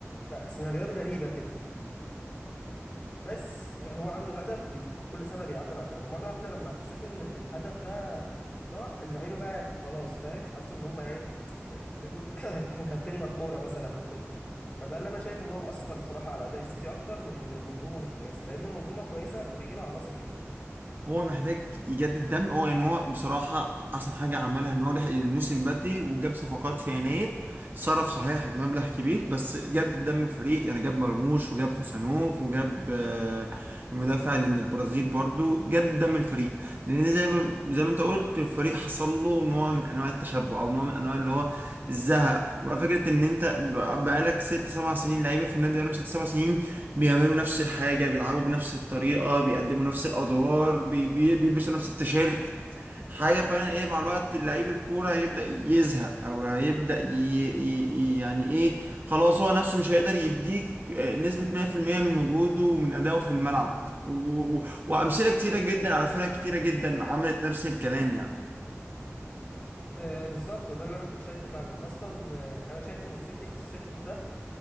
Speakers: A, on the left (about 25°); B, on the right (about 40°).
A: فسيناريوهات غريبه كده بس هو عنده هدف بي كل سنة بيعافر عشانه مرة واحدة لما حسيت ان ال- الهدف ده راح اللعيبة بقى خلاص فاهم حسوا ان هم ايه ختم <coughs> احنا ختمنا الكورة مثلا او كده فده اللي انا شايف ان هو مؤثر بصراحة على اداء السيتي اكتر من ان المنظومة مش كويسة لان المنظومة كويسة وبيجي لها عناصر جديدة
B: هو محتاج يجدد دم هو يعني هو بصراحة أحسن حاجة عملها إن هو لحق الموسم بدري وجاب صفقات في يناير صرف صحيح مبلغ كبير بس جدد دم الفريق يعني جاب مرموش وجاب خوسانوف وجاب آه، المدافع اللي من البرازيل برضو جدد دم الفريق لأن زي ما زي ما أنت قلت الفريق حصل له نوع من أنواع التشبع أو نوع من أنواع اللي هو الزهق وفكرة إن أنت بقالك ست سبع سنين لعيبة في النادي بقالهم ست سبع سنين بيعملوا نفس الحاجة بيلعبوا بنفس الطريقة بيقدموا نفس الأدوار بي- بي- بيلبسوا نفس التيشيرت حاجة فعلا إيه مع الوقت لعيب الكورة هيبدأ يزهق أو هيبدأ ي... ي... ي- يعني إيه خلاص هو نفسه مش هيقدر يديك آه، نسبة 100% من مجهوده ومن أدائه في الملعب و... و- وأمثلة كتيرة جدا على فرق كتيرة جدا عملت نفس الكلام يعني
A: آه بالظبط وده اللي انا كنت شايفه فعلا اصلا آه انا شايف ان السيتي في الصيف ده